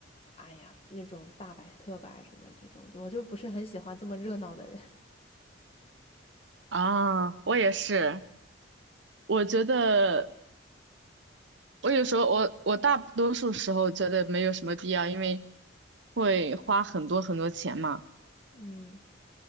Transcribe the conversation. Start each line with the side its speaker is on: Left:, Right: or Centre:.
Left: 哎呀，那种大摆特摆什么这种，就我就不是很喜欢这么热闹的人。<laughs>
Right: 啊，我也是。我觉得我有时候我我大多数时候觉得没有什么必要，因为会花很多很多钱嘛。
Left: 嗯